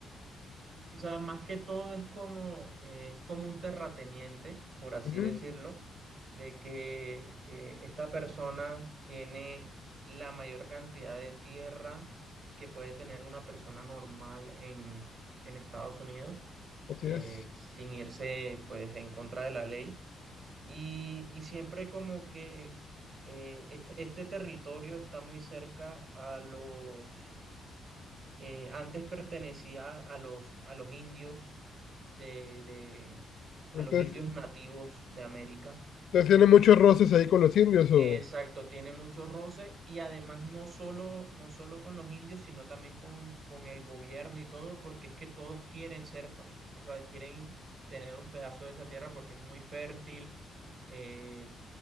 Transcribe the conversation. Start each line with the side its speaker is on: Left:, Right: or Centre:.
Right: O sea, más que todo es como, eh, es como un terrateniente, por así
Left: Ujú,
Right: decirlo, de que eh, esta persona tiene la mayor cantidad de tierra que puede tener una persona normal en, en Estados Unidos,
Left: Así
Right: eh,
Left: es.
Right: sin irse pues en contra de la ley. Y, y siempre como que eh, este, este territorio está muy cerca a los eh, antes pertenecía a los, a los indios de, de- a
Left: Entonces,
Right: los indios nativos de América.
Left: entonces tiene muchos roces ahí con los indios o...
Right: Exacto, tiene mucho roce y además no solo, no solo con los indios, sino también con, con el gobierno y todo, porque es que todos quieren ser, pa- o sea, quieren tener un pedazo de esa tierra porque es muy fértil, eh,